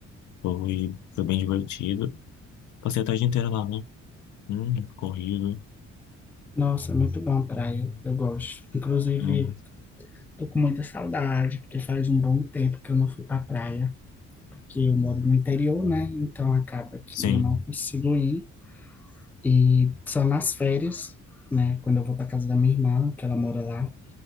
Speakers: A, on the left; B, in the centre.
A: Foi, foi bem divertido. Passei a tarde inteira lá, né? Hum, corrido.
B: Nossa, muito bom praia, eu gosto. Inclusive
A: Hum,
B: Tô com muita saudade, porque faz um bom tempo que eu não fui pra praia, porque eu moro no interior, né? Então acaba que
A: sim.
B: eu não consigo ir. E só nas férias, né? Quando eu vou pra casa da minha irmã, que ela mora lá